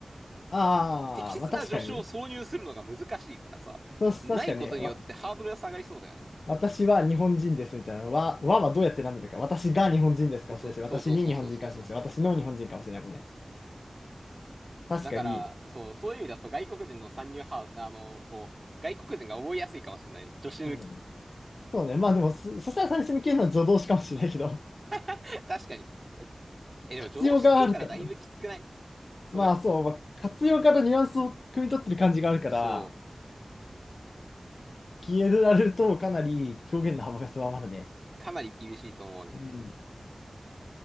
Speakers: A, on the left; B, on the right.
A: ああ、
B: 適切な助手を挿入するのが難しいからさ、
A: まあ確かに。そう確かに、
B: ないことによってハードルが下がりそうだよね。
A: わ、私は日本人ですみたいなのは、わはどうやってなんだか。私が日本人ですかもしれないし、
B: でそう、
A: 私に日本人かもしれないし、
B: そうそうそうそうそうそうそうそ
A: 私の日本人かもしれないもんね。確かに。
B: う。だから、そう、そういう意味だと外国人の参入ハあの、こう、外国人が覚えやすいかもしれない。助手抜き。
A: うん。そうね。まあでも、そ、そしたら最初に消えるのは助動詞かもしれないけど、
B: <laughs> 確かに。え、でも助動詞消えたらだいぶきつくない
A: 活用があるからね。
B: それ、
A: まあそう、まあ、活用からニュアンスを汲み取ってる感じがあるから、
B: そ
A: 消えられるとかなり表現の幅が狭まるね。
B: う、かなり厳しいと思うね。
A: うん。